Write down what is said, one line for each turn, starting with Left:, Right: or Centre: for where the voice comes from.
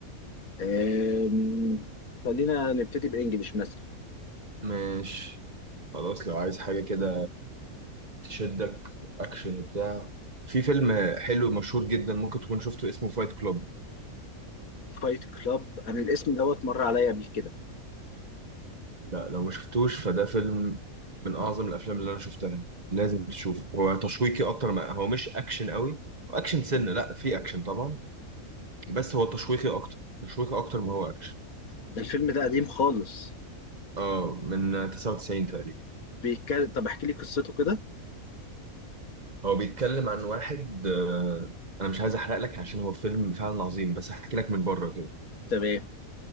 Left: أم، خلينا نبتدي بانجلش مثلا
Right: ماشي خلاص لو عايز حاجه كده تشدك اكشن وبتاع في فيلم حلو مشهور جدا ممكن تكون شفته اسمه فايت كلوب
Left: فايت كلاب انا الاسم دوت مر عليا قبل كده
Right: لا لو ما شفتوش فده فيلم من اعظم الافلام اللي انا شفتها لازم تشوفه هو تشويقي اكتر ما هو مش اكشن قوي اكشن
Left: تمام
Right: سنه لا في اكشن طبعا بس هو تشويقي اكتر تشويقي اكتر ما هو اكشن
Left: ده الفيلم ده قديم خالص
Right: اه من 99 تقريبا
Left: بيتكلم طب احكي لي قصته كده
Right: هو بيتكلم عن واحد آه، انا مش عايز احرق لك عشان هو فيلم فعلا عظيم بس احكي لك من بره كده
Left: تمام